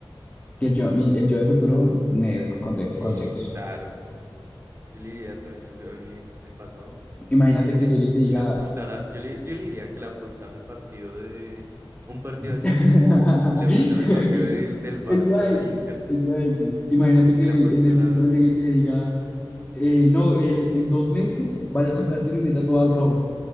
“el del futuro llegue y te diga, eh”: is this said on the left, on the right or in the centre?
Left